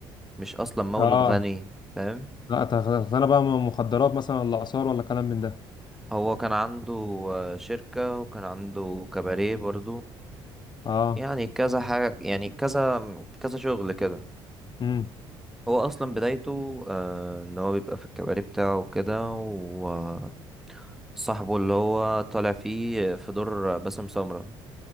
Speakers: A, in the centre; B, on the left.
A: مش أصلا مولود
B: اه
A: غني فاهم
B: لا تغ- تغ- انا بقى مخدرات مثلا ولا اثار ولا كلام من ده
A: هو كان عنده آه، شركة وكان عنده كباريه برضو
B: اه
A: يعني كذا حاجة يعني كذا كذا شغل كده
B: امم
A: هو أصلا بدايته آه إن هو بيبقى في الكباري بتاعه كده وصاحبه اللي هو طالع فيه في دور باسم سمرة